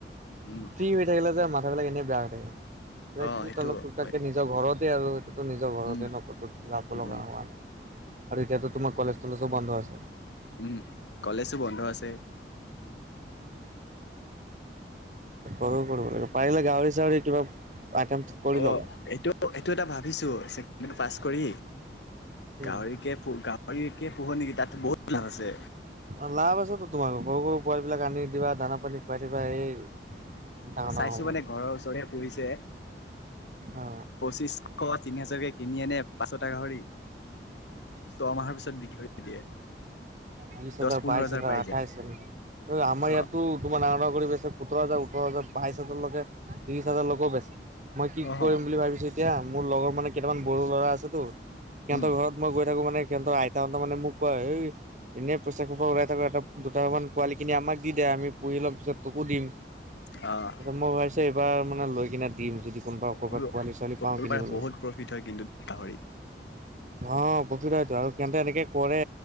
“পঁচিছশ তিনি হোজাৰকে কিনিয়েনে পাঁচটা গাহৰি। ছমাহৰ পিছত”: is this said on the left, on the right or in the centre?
Left